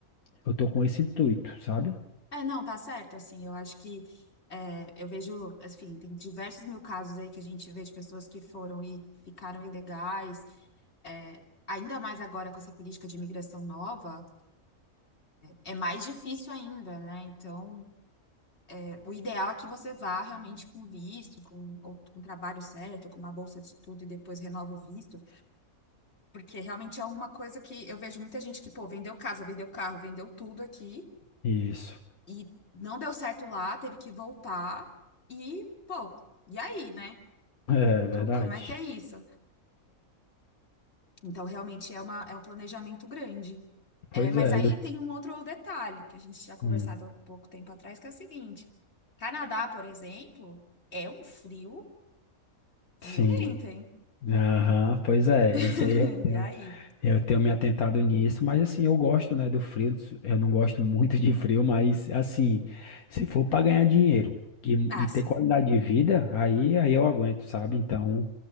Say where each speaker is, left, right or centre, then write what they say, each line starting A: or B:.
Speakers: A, on the left; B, on the left.
A: eu tô com esse intuito, sabe?
B: É, não, tá certo, assim, eu acho que é, eu vejo, assim, tem diversos mil casos aí que a gente vê de pessoas que foram e ficaram ilegais, é, ainda mais agora com essa política de imigração nova, é mais difícil ainda, né? Então, é, o ideal é que você vá realmente com visto, com, ou, com um trabalho certo, com uma bolsa de estudo e depois renova o visto, porque realmente é uma coisa que eu vejo muita gente que, pô, vendeu casa, vendeu carro, vendeu tudo aqui.
A: Isso. <laughs>
B: E não deu certo lá, teve que voltar. E, pô, e aí, né?
A: É verdade.
B: Co- Como é que é isso? Então, realmente é uma, é um planejamento grande.
A: Pois
B: É, mas
A: é,
B: aí
A: eu,
B: tem um outro detalhe que a gente tinha conversado
A: hum,
B: há pouco tempo atrás, que é o seguinte: Canadá, por exemplo, é um frio violento,
A: sim.
B: hein?
A: Aham, pois é, isso
B: <laughs>
A: aí eu tenho,
B: E aí?
A: eu tenho me atentado nisso, mas assim, eu gosto, né, do frio, eu não gosto muito de frio, mas assim, se for para ganhar dinheiro e,
B: Ah,
A: e
B: sim.
A: ter qualidade de vida, aí, aí eu aguento, sabe? Então,